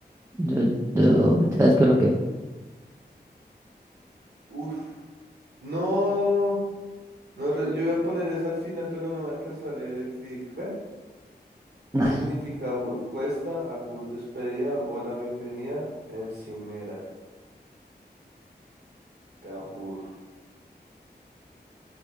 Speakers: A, on the right; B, on the right.
A: Yo, yo ya descoloqué.
B: Uf, no, no, re- yo iba a poner eso al final, pero no alcanzó a leer el clic. Bueno,
A: Nah.
B: ¿qué significa abur? Cuesta, agur, despedida, hola, bienvenida, encimera, abur.